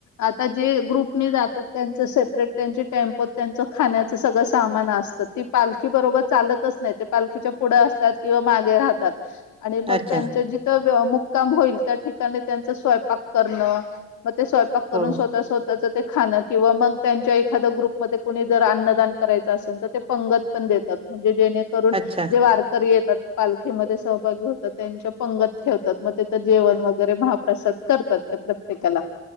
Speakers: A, on the left; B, on the right.
A: आता जे ग्रुपने जातात, त्यांच सेपरेट त्यांचे टेम्पोत त्यांच्या खाण्याच सगळ सामान असत. ते पालखी बरोबर चालतच नाही, ते पालखीच्या पुढ असतात किंवा मागे राहतात. आणि मग
B: अच्छा
A: त्यांचा जिथ मुक्काम होईल, त्या ठिकाणी त्यांचा स्वयपाक करण, मग ते स्वयंपाक करून
B: हो
A: स्वतःच्या स्वतः त्यांच ते खाण किंवा मग त्यांच्या एखाद्या ग्रुपमध्ये कुणी जर अन्नदान करायच असेल तर ते पंगत पण देतात. म्हणजे जेणेकरून
B: अच्छा
A: जे वारकरी येतात पालखीमध्ये सहभागी होतात त्यांच्या पंगत ठेवतात. मग तिथं जेवण वगैरे भा प्रसाद करतात त्या प्रत्येकाला.